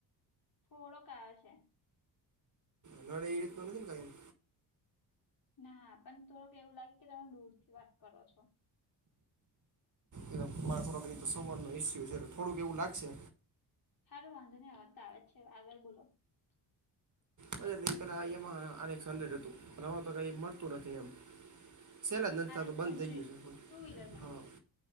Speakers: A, on the left; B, on the right.
A: થોડો કયો છે.
B: ઘે એવી રીત નથી ને કઈ.
A: ના હ પણ થોડક એવું લાગે કે તમે દૂર થી વાત કરો છો.
B: એ મારા થોડક તો સવાજ નું ઈસ્યુ છે થોડુંક એવું લાગશે.
A: સારું વાંધો નહી આવતા આવે છે આગળ બોલો
B: મ ન પેલા આે હતું હ તો કઈ મળતું નથી એમ સેલા જ નથીતા
A: આર એક્સ
B: તો બંધ
A: હંડ્રેડ
B: થઈ ગયું છે પણ
A: ટુ વ્હીલરમાં
B: હા